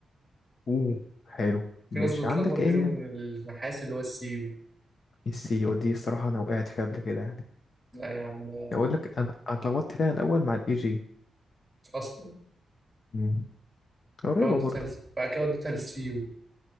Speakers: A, on the left (about 40°); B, in the centre.
A: اوه حلو
B: في
A: ماشي
B: ناس بتتلخبط
A: عندك
B: بينه
A: ايه هي
B: وبين النحاس اللي هو السي يو
A: السي ودي الصراحه انا وقعت فيها قبل كده يعني
B: لا يا عم انا
A: اقول لك انا اتلخبطت فيها الاول مع الاي جي
B: اصلا
A: مم. قريبه
B: بعد كده وديتها
A: برضه
B: ل- بعد كده وديتها للسي يو